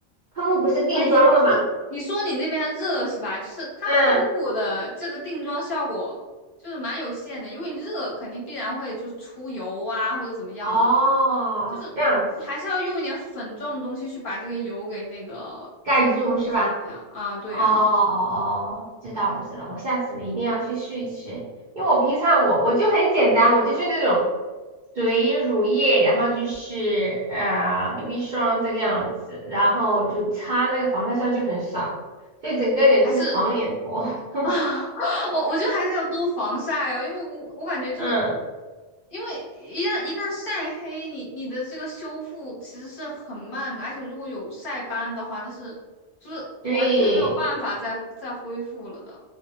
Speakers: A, on the right; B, on the left.
A: 喷雾不是定妆的吗？
B: 哎，你你说你说你那边热是吧？就是它喷雾的这个定妆效果就是蛮有限的，
A: 嗯，
B: 因为热肯定必然会就是出油啊或者怎么样嘛。
A: 哦，
B: 就是你还是要用一点粉状的东西去把这个油给那个，
A: 这样子盖住是吧？
B: 就是控制一下啊。对啊，
A: 哦哦，知道了知道了，我下次一定要去试一试，因为我平常我我就很简单，我就是那种水乳液，然后就是呃 BB 霜这个样子，然后就擦那个防晒霜就很少，所以整个人就是黄脸婆。
B: 还是啊，<laughs>
A: <laughs>
B: 我我觉得还是要多防晒哦，因为我我感觉就是
A: 嗯，
B: 因为一旦一旦晒黑，你你的这个修复其实是很慢的，而且如果有晒斑的话，那是就是完全没有办法再再恢复了的。
A: 对。